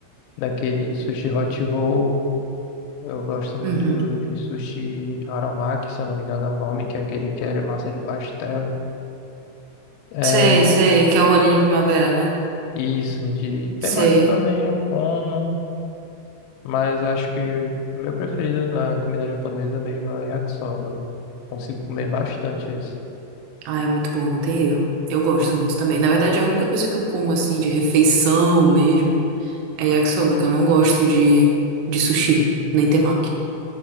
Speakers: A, on the left; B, on the right.
A: daquele sushi hot roll. Eu gosto muito
B: Uhum.
A: de sushi haromaki, se eu não me engano é o nome, que é aquele que é de massa de pastel. é
B: Sei, sei, que é o rolinho primavera, né?
A: Isso, de temaki
B: Sei.
A: também eu como, mas acho que o meu preferido na comida japonesa mesmo é o yakisoba. Eu consigo comer bastante isso.
B: Ai, muito bom, não tem erro. Eu gosto muito também. Na verdade, a única coisa que eu como, assim, de refeição mesmo, é yakisoba, que eu não gosto de, de sushi, nem temaki.